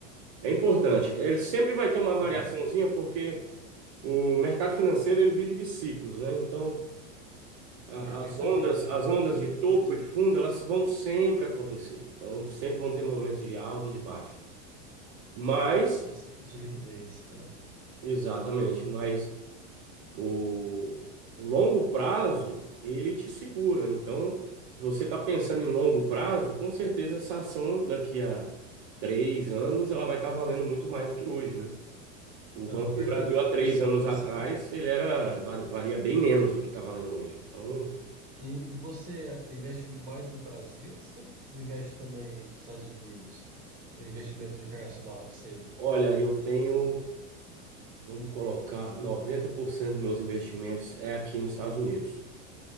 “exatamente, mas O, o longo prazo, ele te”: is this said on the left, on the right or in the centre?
Right